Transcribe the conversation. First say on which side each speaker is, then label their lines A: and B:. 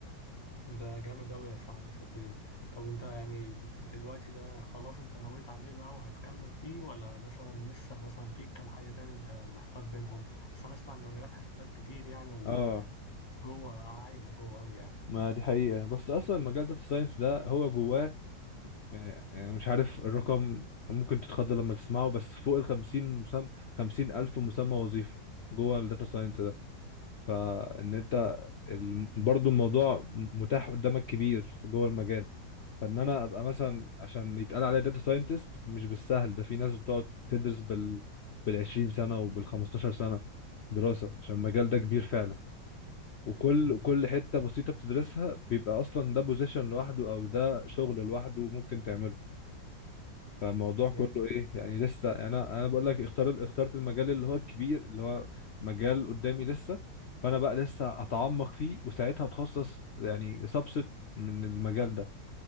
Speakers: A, on the left; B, on the left.
A: ده جامد أوي يا صاحبي صدقني طب أنت يعني دلوقتي ده خلاص أنت نويت عليه بقى وهتكمل فيه ولا مثلا لسه مثلا في كام حاجة تاني أنت محتار بينهم أصل أنا أسمع إن مجالات حاسبات كتير يعني
B: اه
A: وجوه عايمة جوه أوي يعني
B: ما دي حقيقة بس اصلا مجال داتا ساينس ده هو جواه آه، آه، مش عارف الرقم ممكن تتخض لما تسمعه بس فوق ال 50 مسمى 50 الف مسمى وظيفي جوه الداتا ساينس ده. فان انت ال- برضو الموضوع متاح قدامك كبير جوه المجال فان انا ابقى مثلا عشان يتقال عليا داتا ساينتست مش بالسهل ده في ناس بتقعد تدرس بال بال 20 سنه وبال 15 سنه دراسه عشان المجال ده كبير فعلا وكل
A: مم.
B: كل حته بسيطه بتدرسها بيبقى اصلا ده بوزيشن لوحده او ده شغل لوحده ممكن تعمله فالموضوع كله
A: يعني
B: ايه يعني لسه يعني انا انا بقول لك اختار اخترت المجال اللي هو الكبير اللي هو مجال قدامي لسه فانا بقى لسه اتعمق فيه وساعتها اتخصص يعني سبست من المجال ده